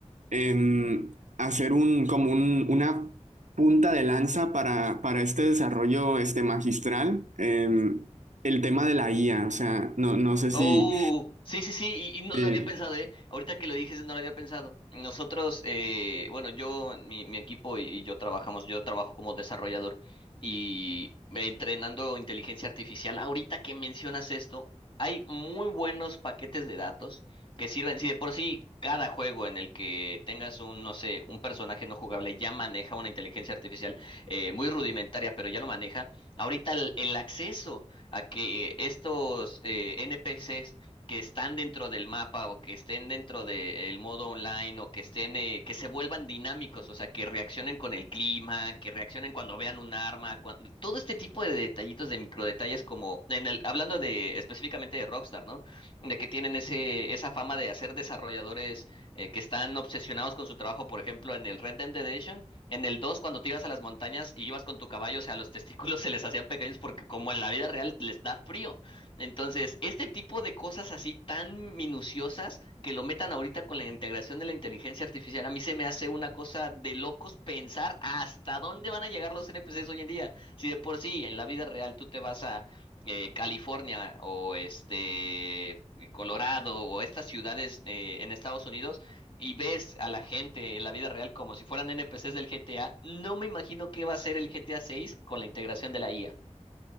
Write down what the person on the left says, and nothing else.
Oh, sí, sí, sí, y, y no
lo había pensado, ¿eh? Ahorita que lo dices, no lo había pensado. Nosotros, eh, bueno, yo, mi, mi equipo y, y yo trabajamos, yo trabajo como desarrollador y entrenando inteligencia artificial. Ahorita que mencionas esto, hay muy buenos paquetes de datos que sirven, si de por sí cada juego en el que tengas un, no sé, un personaje no jugable ya maneja una inteligencia artificial eh, muy rudimentaria, pero ya lo maneja. Ahorita el el acceso a que estos eh, NPCs que están dentro del mapa o que estén dentro del modo online o que estén, eh, que se vuelvan dinámicos, o sea, que reaccionen con el clima, que reaccionen cuando vean un arma, cuan- todo este tipo de detallitos, de microdetalles como en el, hablando de específicamente de Rockstar, ¿no? De que tienen ese, esa fama de hacer desarrolladores eh, que están obsesionados con su trabajo, por ejemplo, en el Red Dead Redemption en el dos cuando te ibas a las montañas y ibas con tu caballo, o sea, los <laughs> testículos se les hacían pequeños porque como en la vida real les da frío. Entonces, este tipo de cosas así tan minuciosas que lo metan ahorita con la integración de la inteligencia artificial, a mí se me hace una cosa de locos pensar hasta dónde van a llegar los NPCs hoy en día. Si de por sí en la vida real tú te vas a eh, California o este Colorado o estas ciudades eh, en Estados Unidos y ves a la gente en la vida real como si fueran NPCs del GTA, no me imagino qué va a ser el GTA 6 con la integración de la IA.